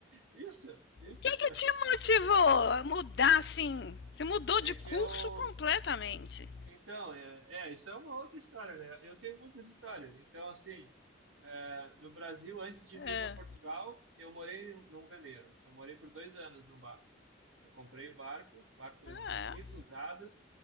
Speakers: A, on the right (about 85°); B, on the left (about 55°).
A: isso, isso.
B: O que que te motivou a mudar, assim? Você mudou
A: É
B: de
A: que
B: curso
A: eu.
B: completamente.
A: Então, é, é, isso é uma outra história, né? Eu tenho muitas histórias. Então, assim, é, no Brasil, antes de
B: É.
A: vir para Portugal, eu morei num num veleiro. Eu morei por dois anos num barco. Eu comprei o barco, barco antigo,
B: É.
A: usado,